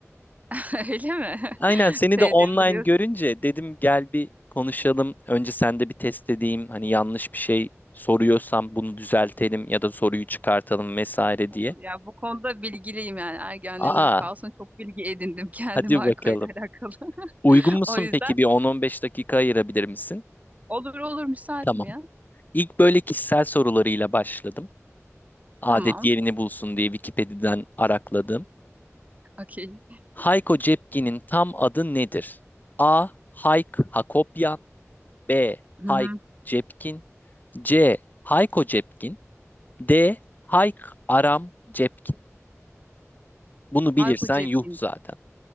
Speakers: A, on the right; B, on the left.
A: <laughs> Öyle mi? <laughs>
B: Aynen seni
A: Sevdiğimi
B: de online
A: biliyorsun.
B: görünce dedim gel bir konuşalım. Önce sen de bir test edeyim. Hani yanlış bir şey soruyorsam bunu düzeltelim ya da soruyu çıkartalım vesaire
A: Olur.
B: diye.
A: Ya bu konuda bilgiliyim yani. Ergenliğimde
B: Aa,
A: sağ olsun çok bilgi edindim <laughs> kendim
B: hadi
A: alkolle
B: bakalım.
A: alakalı.
B: Uygun
A: <laughs>
B: musun
A: O yüzden
B: peki? Bir 10-15 dakika ayırabilir misin?
A: olur olur müsaitim
B: Tamam.
A: ya.
B: İlk böyle kişisel sorularıyla başladım. Adet
A: Tamam.
B: yerini bulsun diye Wikipedia'dan arakladım.
A: Okey.
B: Hayko Cepkin'in tam adı nedir? A. Hayk Hakopyan B.
A: Hı
B: Hayk
A: hı.
B: Cepkin C. Hayko Cepkin D. Hayk Aram Cepkin. Bunu
A: Hayko
B: bilirsen
A: Cepkin.
B: yuh zaten.